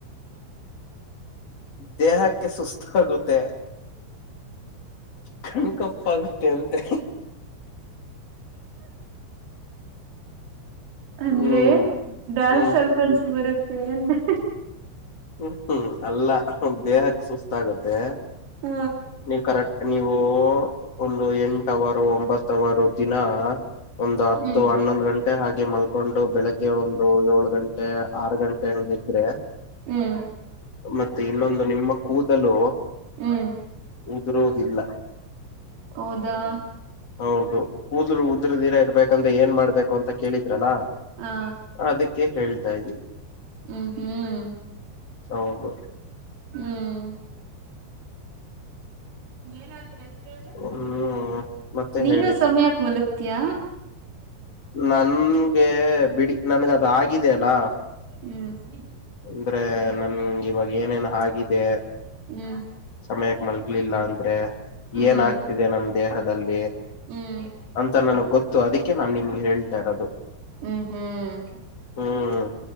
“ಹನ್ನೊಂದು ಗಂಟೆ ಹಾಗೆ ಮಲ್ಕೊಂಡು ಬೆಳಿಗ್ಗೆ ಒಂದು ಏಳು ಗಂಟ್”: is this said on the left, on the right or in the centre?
Left